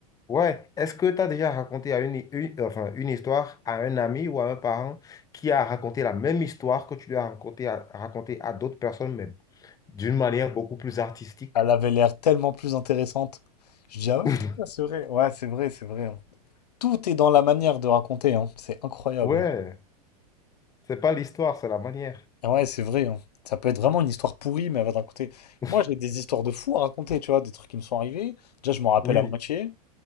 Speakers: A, on the left; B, on the left.
A: Ouais, est-ce que tu as déjà raconté à une, une- enfin, une histoire à un ami ou à un parent qui a raconté la même histoire que tu lui as raconté à, raconté à d'autres personnes, mais d'une manière beaucoup plus artistique?
B: Elle avait l'air tellement plus intéressante. Je dis, ah ouais,
A: <laughs>
B: putain, c'est vrai. Ouais, c'est vrai, c'est vrai. hein. Tout est dans la manière de raconter, hein. C'est incroyable.
A: Ouais, c'est pas l'histoire, c'est la manière.
B: Ah Ouais, c'est vrai. hein. Ça peut être vraiment une histoire pourrie, mais elle va te raconter.
A: <laughs>
B: Moi, j'ai des histoires de fous à raconter, tu vois, des trucs qui me sont arrivés. Déjà, je m'en rappelle
A: Oui,
B: à moitié.